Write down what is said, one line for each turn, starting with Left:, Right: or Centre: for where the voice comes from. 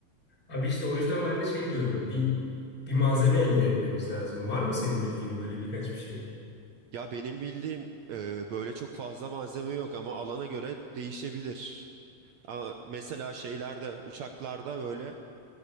Left: abi işte o yüzden ben de şey diyorum bir bir malzeme elde etmemiz lazım. Var mı senin bildiğin böyle birkaç bir şey?
Right: Ya benim bildiğim e, böyle çok fazla malzeme yok ama alana göre değişebilir. Ama mesela şeylerde, uçaklarda böyle